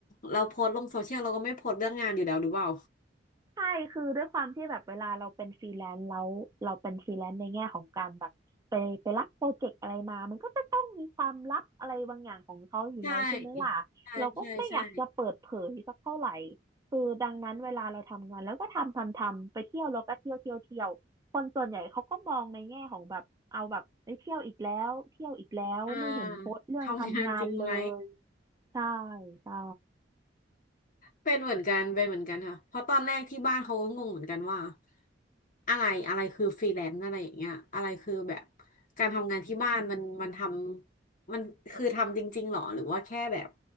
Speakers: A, on the left; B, on the right.
A: เราโพสต์ลงโซเชียลเราก็ไม่โพสต์เรื่องงานอยู่แล้วหรือเปล่า
B: ใช่ คือด้วยความที่แบบเวลาเราเป็นฟรีแลนซ์แล้วเราเป็นฟรีแลนซ์ในแง่ของการแบบไปไปรับโปรเจกต์อะไรมามันก็จะต้องมีความลับอะไรบางอย่างของเขาอยู่แล้วใช่ไหมล่ะเราก็ไม่อยากจะเปิดเผยสักเท่าไหร่
A: ใช่ใช่ใช่ใช่
B: คือดังนั้นเวลาเราทำงานแล้วก็ทำทำทำไปเที่ยวแล้วก็เที่ยวเที่ยวเที่ยวคนส่วนใหญ่เขาก็มองในแง่ของแบบเอาแบบไปเที่ยวอีกแล้วเที่ยวอีกแล้วไม่เห็นโพสต์เรื่องทำงานเลย
A: อ่าทำงานจริงไหม
B: ใช่ใช่
A: เป็นเหมือนกันเป็นเหมือนกันค่ะเพราะตอนแรกที่บ้านเขาก็งงเหมือนกันว่าอะไรอะไรคือฟรีแลนซ์อะไรอย่างเงี้ยอะไรคือแบบการทำงานที่บ้านมันมันทำมันคือทำจริงๆหรอหรือว่าแค่แบบ